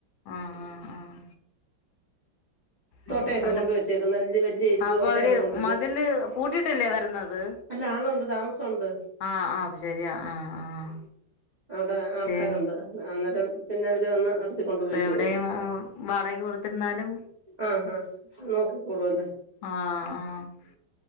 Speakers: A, on the left; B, on the right.
A: ആഹ് ആഹ് ആഹ്
B: തോട്ടേക്കെ
A: ആഹ് അവര്
B: കൊണ്ട് വെച്ചേ നല്ല വല്യ ഇരിമ്പ്
A: അപ്പൊ
B: ന്തോട്ടയൊക്കെ
A: അവര്
B: കൊണ്ട് വച്ച്,
A: മതില് പൂട്ടിട്ടല്ലേ വരുന്നത്
B: അല്ലാ ആളൊണ്ട് താമസോണ്ട്.
A: ആഹ് ആഹ് അത് ശരിയാ ആഹ് ആഹ്.
B: അവിടെ ആൾക്കാരുണ്ട്
A: ശരി
B: അന്നേരം പിന്നെ അവര് വന്ന് അട കൊണ്ട്
A: ഇപ്പൊ
B: പൊയികൊളും
A: എവിടെയും വാടകക്ക് കൊടുത്തിരുന്നാലും
B: ആഹ് ഹ നോക്കിക്കോളൂ അല്ലോ
A: ആഹ് ആഹ്.